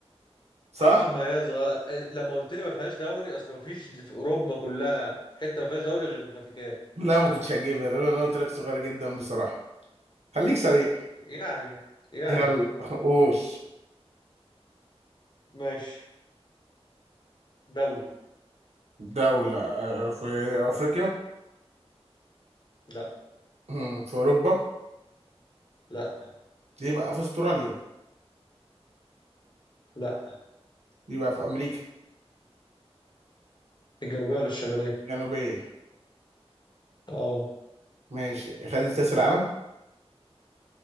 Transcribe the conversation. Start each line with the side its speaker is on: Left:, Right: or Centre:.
Right: صح؟
Left: <laughs> ما هي صغيرة آه، لما قلت لي ما فيهاش دوري اصل ما فيش في اوروبا كلها حتة ما فيهاش دوري غير الفاتيكان
Right: لا ما كنتش هتجيبها لان انا قلت لك صغيرة جدا بصراحة خليك سريع
Left: يعني يعني
Right: هي الرؤوس
Left: ماشي دولة
Right: دولة آه، في أفريقيا
Left: لا
Right: مم، في أوروبا
Left: لا
Right: دي بقى في أستراليا
Left: لا
Right: دي بقى في أمريكا
Left: الجنوبية ولا الشمالية
Right: الجنوبية
Left: اه
Right: ماشي خدت كأس العالم